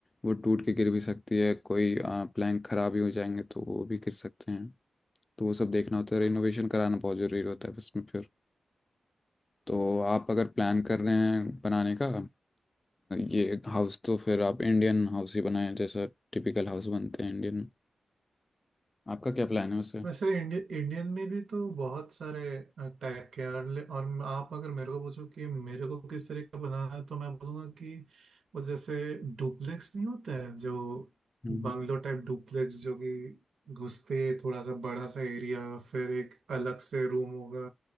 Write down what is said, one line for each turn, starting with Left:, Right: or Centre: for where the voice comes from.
Left: वो टूट के गिर भी सकती है कोई प्लैंक खराब ही हो जाएंगे तो वो भी गिर सकते हैं तो वो सब देखना होता है रेनोवेशन कराना बहुत ज़रूरी होता है उसमें फिर तो आप अगर प्लान कर रहे हैं बनाने का ये हाउस तो फिर आप इंडियन हाउस ही बनाएं जैसा टिपिकल हाउस बनते हैं इंडियन आपका क्या प्लान है उससे
Right: वैसे इंडि, इंडियन में भी तो बहुत सारे टाइप के हैं और, ले- और आप अगर मेरे को पूछो कि मेरे को किस तरह का बनाना है तो मैं बोलूँगा कि वो जैसे डुप्लेक्स नहीं होते हैं जो
Left: हम्म
Right: बंगलो टाइप डुप्लेक्स जो कि घुसते थोड़ा सा बड़ा सा एरिया फिर एक अलग से रूम होगा